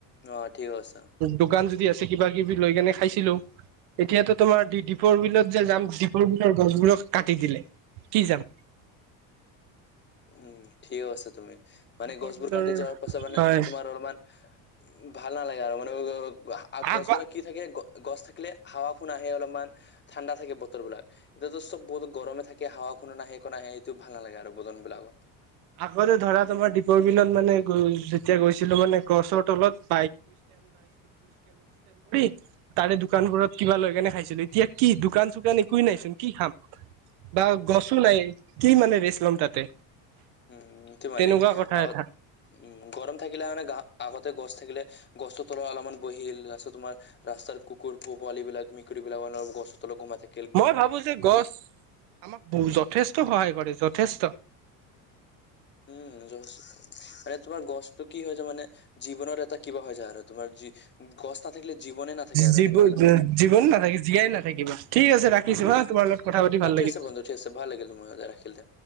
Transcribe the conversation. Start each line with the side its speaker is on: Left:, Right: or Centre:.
Left: অ', ঠিক। <unintelligible>
Right: দোকান যদি আছে কিবা কিবি লৈ কেনে খাইছিলো, এতিয়াতো তোমাৰ দীপৰ বিলত যে যাম দীপৰ বিলৰ গছবোৰক কাটি দিলে, কি যাম।
Left: উম, ঠিকে কৈছে তুমি মানে
Right: দ্বীপৰ
Left: গছবোৰ
Right: বিলৰ
Left: কাটি যোৱাৰ পাছত মানে
Right: হয়
Left: তোমাৰ অলমান ভাল নালাগে আৰু, মানে গ-গছবোৰক
Right: আগ
Left: কি থাকে, গ-গছ থাকিলে হাৱা কুণ আহে অলপমান। ঠাণ্ডা থাকে বতৰ বিলাক, এতিয়াতো চব বহুত গৰমে থাকে হাৱাখনো নাহে একো নাহে এইটো ভাল নালাগে আৰু। বদন বিলাকত
Right: আগতে ধৰা, তোমাৰ দ্বীপৰ বিলত মানে গৈ যেতিয়া গৈছিলো মানে গছৰ তলত <unintelligible> তাৰে দোকানবোৰত কিবা লৈ কেনে খাইছিলো, এতিয়া কি দোকান চোকান একোৱে নাই চোন কি খাম। বা গছো নাই, কি মানে ৰেচ ল'ম তাতে।
Left: উম, সিটো মানে।
Right: তেনেকুৱা কথা
Left: আগত
Right: এটা
Left: উম, গৰম থাকিলে মানে আগত আগতে গছ থাকিলে গছতোৰ তলত অলমান বহিল, তাৰপিছত তোমাৰ ৰাস্তাৰ কুকুৰ পোৱাল বিলাক, মেকুৰী বিলাক অনবৰ গছৰ তলত গোমাই থাক
Right: মই ভাবো যে গছ আমাক যথেষ্ট সহায় কৰে, যথেষ্ট।
Left: উম, য মানে তোমাৰ গছটো কি হয় যায় মানে, জীৱনৰ এটা কিবা হৈ যায় আৰু তোমাৰ যি গছ নাথাকিলে জীৱনে নাথাকে আৰু
Right: জীৱ
Left: এনেকা আৰু।
Right: জীৱন নাথাকে, জীয়াই নাথাকিব। ঠিক আছে ৰাখিছোঁ
Left: উম
Right: হা, তোমাৰ লগত কথা পাতি ভাল
Left: অ ঠিক
Right: লাগিল।
Left: আছে বন্ধু ঠিক আছে ভাল লাগিল তোমাৰ ৰাখিল দে